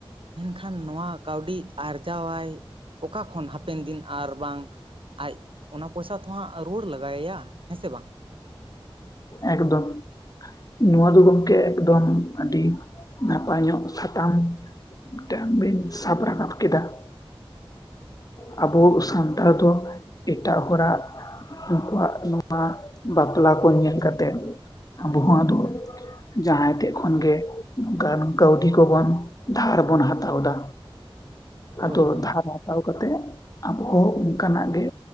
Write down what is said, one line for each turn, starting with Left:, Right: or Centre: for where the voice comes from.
Right: ᱢᱮᱱᱠᱷᱟᱱ ᱱᱚᱣᱟ ᱠᱟᱹᱣᱰᱤ ᱟᱨᱡᱟᱣᱟᱭ ᱚᱠᱟ ᱠᱷᱚᱱ ᱦᱟᱯᱮᱱ ᱫᱤᱱ ᱟᱨ ᱵᱟᱝ? ᱟᱡ ᱚᱱᱟ ᱯᱚᱭᱥᱟ ᱛᱚ ᱦᱟᱸᱜ ᱨᱩᱣᱟᱹᱲ ᱞᱟᱜᱟᱭᱮᱭᱟ ᱦᱮᱸ ᱥᱮ ᱵᱟᱝ?
Left: ᱮᱠᱫᱚᱢ᱾ ᱱᱚᱣᱟ ᱫᱚ ᱜᱚᱝᱠᱮ ᱮᱠᱫᱚᱢ ᱟᱹᱰᱤ ᱱᱟᱯᱟᱭ ᱧᱚᱜ ᱥᱟᱛᱟᱢ᱾ ᱢᱤᱫᱴᱟᱝ ᱵᱤᱱ ᱥᱟᱵ ᱨᱟᱠᱟᱵ ᱠᱮᱫᱟ᱾ ᱟᱵᱚ ᱥᱟᱱᱛᱟᱲ ᱫᱚ ᱮᱴᱟᱜ ᱦᱚᱲᱟᱜ ᱩᱱᱠᱩᱣᱟᱜ ᱵᱟᱯᱞᱟ ᱠᱚ ᱧᱮᱞ ᱠᱟᱛᱮᱫ ᱟᱵᱚ ᱦᱚᱸ ᱟᱫᱚ ᱡᱟᱦᱟᱸᱭ ᱴᱷᱮᱡ ᱠᱷᱚᱱᱜᱮ ᱱᱚᱝᱠᱟᱱ ᱠᱟᱹᱣᱰᱤ ᱠᱚᱵᱚᱱ ᱫᱷᱟᱨ ᱵᱚᱱ ᱦᱟᱛᱟᱣᱫᱟ᱾ ᱟᱫᱚ
Right: ᱦᱳᱭ ᱦᱳᱭ
Left: ᱫᱷᱟᱨ ᱦᱟᱛᱟᱣ ᱠᱟᱛᱮᱜ ᱟᱵᱚ ᱦᱚᱸ ᱚᱱᱠᱟᱱᱟᱜ ᱜᱮ